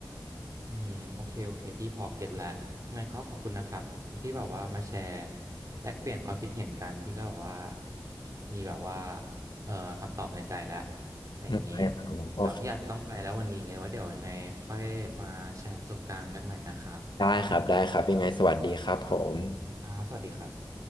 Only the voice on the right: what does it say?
อืมโอเคโอเคพี่พอเก็ตแล้วงั้นก็ขอบคุณนะครับที่แบบว่ามาแชร์แลกเปลี่ยนความคิดเห็นกันพี่ก็แบบว่ามีแบบว่าเอ่อคำตอบในใจแล้วอะไรอย่างนี้
แต่พี่อาจจะต้องไปแล้ววันนี้ไว้เดี๋ยวยังไงค่อยมาแชร์ประสบการณ์กันใหม่นะครับ
ครับสวัสดีครับ